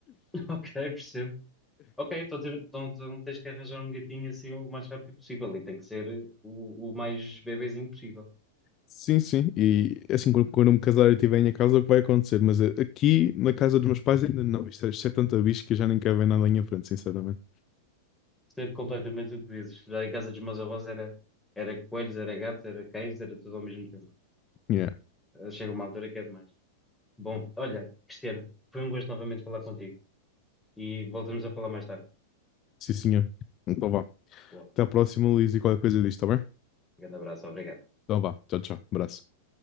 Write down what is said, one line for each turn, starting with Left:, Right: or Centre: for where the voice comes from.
Centre: <laughs> Ok, percebo. Ok, então, tem- então- então tens que arranjar um gatinho assim o mais rápido possível e tem que ser o, o mais bebezinho possível.
Left: Sim, sim. E assim, quando quando eu me casar e tiver em minha casa, é o que vai acontecer? Mas eh, aqui na casa dos meus pais ainda não. Isto é, isto é tanta bicho que eu já nem quero ver nada em frente, sinceramente.
Centre: Percebo completamente o que dizes. Já em casa dos meus avós era, era coelhos, era gatos, era cães, era tudo ao mesmo tempo.
Left: Yeah.
Centre: Chega uma altura que é demais. Bom, olha, Cristiano, foi um gosto novamente falar contigo e voltamos a falar mais tarde.
Left: Sim, senhor. Então vá.
Centre: Boa,
Left: Até à próxima, Luís, e qualquer coisa disto, tá bem?
Centre: um grande abraço, obrigado.
Left: Então vá. Tchau, tchau. Abraço.